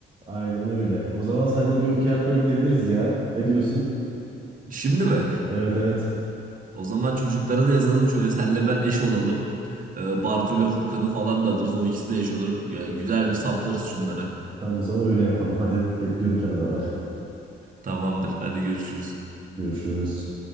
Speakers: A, on the right (about 25°); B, on the right (about 45°).
A: Aynen öyle. O zaman seninle bir okey atmaya gidebiliriz ya. Ne diyorsun?
B: Şimdi mi?
A: Evet evet.
B: O zaman çocuklara da yazalım şöyle senle ben eş olalım. Ee, Bartu'yla Furkan'ı falan da alırız. O ikisi de eş olur. Ee, Güzel bir saplarız şunlara.
A: Tamam o zaman öyle yapalım. Hadi bekliyorum senden haber.
B: Tamamdır. Hadi görüşürüz.
A: Görüşürüz.